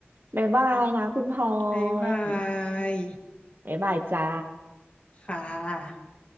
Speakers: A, on the right; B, on the left.
A: บ๊ายบายนะคุณพล
B: บ๊ายบา
A: อย
B: ย
A: บ๊ายบายจ้า
B: ค่ะ